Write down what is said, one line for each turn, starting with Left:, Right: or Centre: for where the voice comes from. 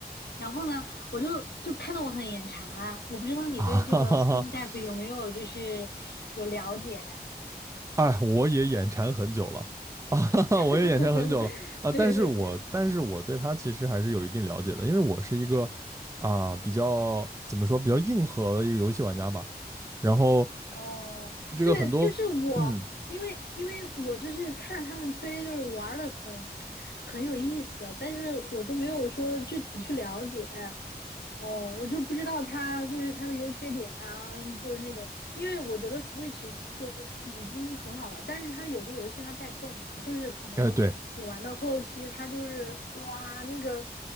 Left: 然后呢，我就就看得我很眼馋，我不知道你对这个
Right: 啊哈哈哈，
Left: Steam
Right: <laughs>
Left: Deck 有没有就是有了解呀？
Right: 哎，我也眼馋很久了啊，<laughs> 哈哈，
Left: <laughs>
Right: 我也眼馋很久了啊，
Left: 对对对，
Right: 但是我但是我对它其实还是有一定了解的，因为我是一个啊比较怎么说比较硬核的一个游戏玩家吧，然后
Left: 哦，
Right: 这个很多嗯，
Left: 对，就是我，因为因为我就是看他们推，就是玩的很很有意思，但是我就没有说具体去了解。哦，我就不知道它就是它的优缺点啊，就是那种，因为我觉得 Switch 就已经很好了，但是它有些游戏它带不动，就是可能你玩到后期，
Right: 哎对，
Left: 它就是哇那个